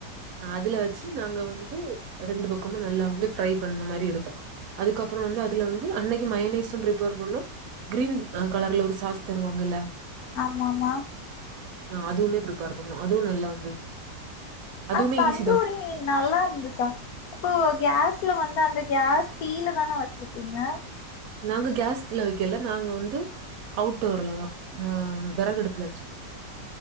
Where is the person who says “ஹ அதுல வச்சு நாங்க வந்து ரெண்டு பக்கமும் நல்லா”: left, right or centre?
Right